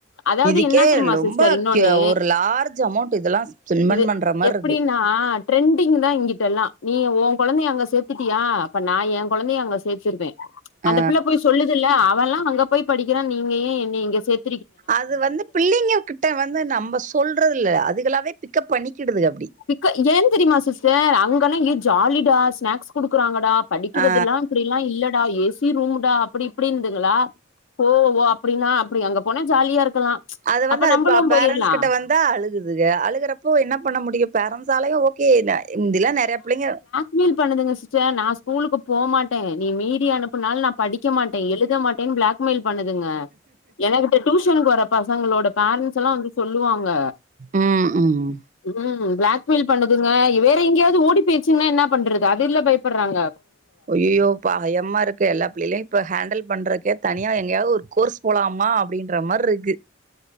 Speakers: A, on the left; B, on the right.
A: அதாவது
B: இதுக்கே
A: என்ன தெரியுமா
B: ரொம்ப
A: சிஸ்டர் இன்னொன்னு
B: க்ய ஒரு லார்ஜ் அமௌண்ட் இதெல்லா ஸ்பெண்ட்
A: இது
B: பண்ற மார்ருக்கு
A: எப்படினா ட்ரெண்டிங் தா இங்கிட்டெல்லா நீ உ கொழந்தைய அங்கே சேத்துட்டியா அப்போ நா ஏ கொழந்தைய அங்கே சேத்துருவே அந்த
B: ஆ
A: புள்ள போய் சொல்லுதுல்ல அவெல்லா அங்க போய் படிக்கிறா நீங்க ஏ என்னய இங்க சேத்
B: அது வந்து பிள்ளைங்க கிட்ட வந்து நம்ம சொல்றது இல்ல அதுகளாவே பிக்கப் பண்ணிக்கிடுதுக அப்டி
A: பிக் ஏ தெரியுமா சிஸ்டர் அங்கன்னா ஏய் ஜாலிடா ஸ்நாக்ஸ் குடுக்குறாங்கடா படிக்கிறது
B: ஆ
A: எல்லா இப்படி எல்லா இல்லடா ஏ சி ரூம்டா அப்டி இப்டி இன்னுதுங்களா ஓ ஓ அப்டின்னா அப்டி அங்க போனா ஜாலியா இருக்கலா
B: அத வந்து
A: அப்ப
B: அது
A: நம்பளு
B: பேரன்ட்ஸ்
A: போயிர்லா
B: கிட்ட வந்தா அழுகுதுக அழுகுறப்போ என்ன பண்ண முடியு பேரன்சாலயு கேதா இந்தில்லா நெறைய புள்ளிங்க
A: பீல் பண்ணுதுங்க சிஸ்டர் நா ஸ்கூலுக்கு போமாட்டே நீ மீறி அனுப்பினாலு நா படிக்க மாட்டே எழுத மாட்டே பிளாக்மெயில் பண்ணுதுங்க எனக் டியூஷனுக்கு வர பசங்களோட பேரண்ட்ஸ் எல்லா வந்து சொல்லுவாங்க
B: ம் ம்
A: ம் பிளாக் மெயில் பண்ணுதுங்க வேற எங்கேயாவது ஓடி போயிருச்சுங்கன்னா என்ன பண்றது அதுல்ல பயப்பட்றாங்க
B: ஐயய்யோ பயமா இருக்கு எல்லா பிள்ளைகலையு இப்போ ஹேண்டல் பண்றக்கே தனியா எங்கயாவது ஒரு கோர்ஸ் போலாமா அப்படின்ற மாரி இருக்கு